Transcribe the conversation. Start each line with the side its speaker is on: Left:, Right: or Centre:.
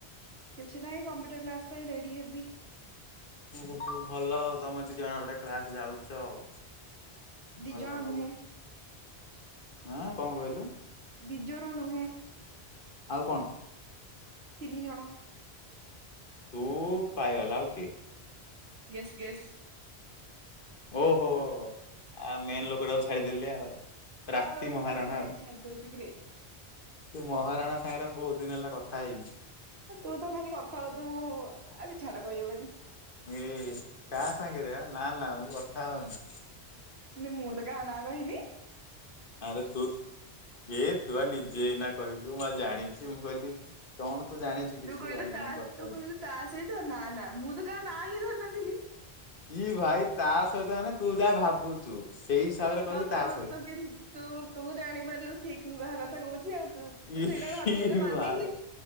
Right: କିଛି ନାହିଁ କମ୍ପ୍ୟୁଟର କ୍ଲାସ ପାଇଁ ରେଡି ହେବି।
Left: ଓହୋ ଭଲ ଆଉ ତମେ ଦି ଜଣ ଗୋଟେ କ୍ଲାସ ଯାଉଛ ଆଉ।
Right: ଦି
Left: ଭଲ
Right: ଜଣ
Left: ଭଲ
Right: ନୁହେଁ
Left: ଆଁ। କଣ କହିଲୁ?
Right: ଦିଜଣ ନୁହେଁ।
Left: ଆଉ କଣ?
Right: ତିନି ଜଣ।
Left: ତୁ ପାୟଲ ଆଉ କିଏ?
Right: Guess guess.
Left: ଓହୋ ଆଉ ମେନ୍ ଲୋକଟାକୁୁ ଛାଡିଦେଲେ ଆଉ। ପ୍ରାପ୍ତି
Right: ଆଉ
Left: ମହାରାଣା
Right: ତାକୁ କେମତି
Left: ଆଉ
Right: ଛାଡି ଦଉଛୁ କିରେ?
Left: ସେ ମହାରାଣା ସାଙ୍ଗରେ ମୁଁ ବହୁତ ଦିନ ହେଲା କଥା ହେଇନି।
Right: ତୁ ତ ଖାଲି କଥା ହଉଥିବୁ ଆରେ ଛାଡ଼ କହିହେବନି।
Left: ଏଏ କାହା ସାଙ୍ଗରେ ଆଁ ନା ନା ମୁଁ କ କଥା ହଉନି।
Right: ମୁଁ ତ କା ନା କହନି।
Left: ଆରେ ତୁ ଏ ତୁ ଆ ନିଜେ ଏଇ ନା କହି କୁ ମା ଜାଣିଛି ମୁଁ କହିଲି କଣ? ତୁ ଜାଣିଛୁ କିଛି
Right: ତୁ କହିଲୁ
Left: ଜାଣିନୁ
Right: ତା
Left: ମୁଁ କଥା
Right: ତୁ
Left: ହଉ
Right: କହିଲୁ ତାସହିତ ନା ମୁଁ ତ କା ନାଁ ହିଁ ଧରିନଥିଲି।
Left: ଇ ଭାଇ ତା ସହିତ ମାନେ ତୁ ଯା ଭାବୁଛୁ। ସେଇ ହିସାବରେ କହିଲି
Right: ହଁ
Left: ତା
Right: ତୁ
Left: ସହିତ।
Right: ତୁ କିନ୍ତୁ ତୁ ତୁ ଜାଣିପାରିଲୁ ଠିକ ମୁଁ କାହା କଥା କହୁଛି। ତୁ
Left: ଇ
Right: ସେଇଟା ଭାବାର
Left: ଇ
Right: ମାନେ
Left: ଭାଇ
Right: ହିଁ